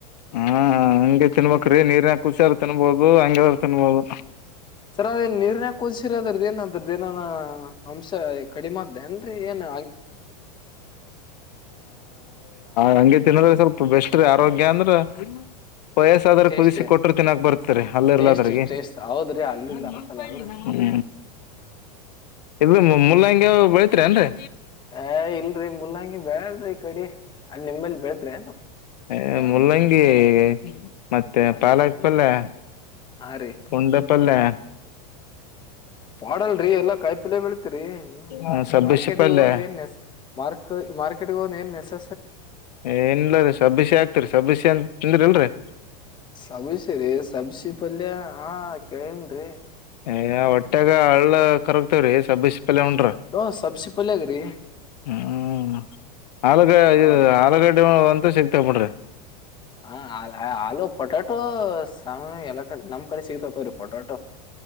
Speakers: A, on the left (about 85°); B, on the left (about 20°).
A: ಹಾ ಹಂಗೆ ತಿನ್ಬೇಕ್ರೀ ನೀರ್ನ ಖುಷಿಯ್ರ ತಿನ್ಬೋದು ಹಂಗಾದ್ರರು ತಿನ್ಬೋದು
B: ಸರ್ ಅದೇನ್ ನೀರ್ನ ಕುದಸಿರ ಅದ್ರದ್ದ ಏನ ಅದ್ರದ್ದ ಏನ ಅಂಶ ಕಡಿಮಾ್ದೆ ಏನ್ರರಿ ಏನ
A: ಹಗೆ ತಿನ್ನದ್ರೆ ಸ್ವಲ್ಪ ಬೆಸ್ಟ್ ಆರೋಗ್ಯ ಅಂದ್ರ ವಯಸ್ಸಾದ್ರ
B: ಟೇಸ್ಟ್
A: ಕುದಿಸಿ ಕೊಟ್ಟರು ತಿನ್ನಾಕ್ ಬರ್ತರಿ ಅಲ್ಲಿರ್ಲದ್ರಿಗೆ
B: ಟೇಸ್ಟ್ ಟೇಸ್ಟ್ ಹೌದ್ರಿ ಅಲ್ಲಿಲ್ಲ
A: ನ
B: ಅಲ್ಸಲ್ಲ ಅಲ್ರಿ
A: ಇ ಮೂಲಂಗಿ ಬೆಳತ್ರಿ ಏನ್ರರಿ
B: ಏ ಇಲ್ರಿ ಮುಲ್ಲಂಗಿ ಬೆಯಾಲ್ರಿ ಕಡಿ ಅಲ್ ನಿಂಬಲ್ಲಿ ಬೆಳತೀರಿ
A: ಹ ಮುಲ್ಲಂಗಿ ಮತ್ತೆ
B: ಹಾ
A: ಪಾಲಕ್
B: ರೀ
A: ಪಲ್ಯ
B: ಹಾ ರೀ
A: ಉಂಡೆ ಪಲ್ಲಯ
B: ಮಾಡಾಡಲ್ರರಿ ಎಲ್ಲಾ ಕಾಯಿ ಪಿಲೆ ಬೆೀಳತಿರಿ ನೀವು
A: ಆ, ಸಬ್ಬಸಿ
B: ಮಾರ್ಕೆಟಿಗೆ
A: ಪಲ್ಯ
B: ಹೋದ ಏನ್ಸ್ ಮಾರ್ ಮಾರ್ಕೆಟಿಗೆ ಹೋದ್ ಏನ್ ಎಸ್ಸ್
A: ಏನ್ಲ್ಲೀ ಸಬ್ಬಸ ಆಗ್ತರಿ ಸಬ್ಬಸಿ ಅಂತ ತಂದ್ರಿ ಇಲ್ರರಿ
B: ಸಬಸಿರಿ ಸಬ್ಸಿ ಪಲ್ಯ ಹಾ ಕೇಳನ್ರಿ
A: ಅಯ ಹೊಟ್ಟ್ಯಾಗ ಹಳ್ಳ ಕರಕ್ತೇವ್ರೀ ಸಬ್ಬ ಲಂಡ್ರ
B: ಓ ಸಬ್ಸಿ ಪಲ್ಯಾಗ್ರಿ
A: ಹ್ಮ ಆಲುಗ
B: ಹಾ
A: ಆಲಗಡ್ಡೆ ಅಂತ ಶಕ್ತ ಕೊಡ್ರಿ
B: ಹ ಆಲೂ ಪೊಟಾಟೋ ಸಾಮ ಎಲ್ಲ ನಮ್ ಕಡೆ ಸಿಗ್ತತ ರಿಪೋರ್ ಟೋ